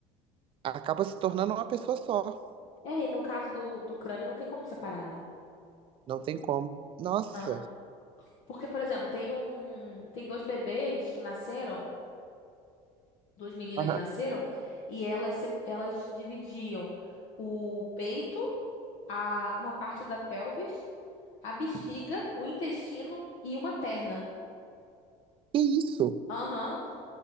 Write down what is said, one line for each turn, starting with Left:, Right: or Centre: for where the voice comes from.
Right: acaba se tornando uma pessoa só.
Left: É, e no caso do, do crânio não tem como separar, né?
Right: Não tem como. Nossa.
Left: Não. Porque, por exemplo, tem um, tem dois bebês que nasceram, duas meninas
Right: Aham.
Left: nasceram, e elas, se- elas dividiam o peito, a, uma parte da pelvis, a bexiga, o intestino e uma perna.
Right: Que isso?
Left: Aham.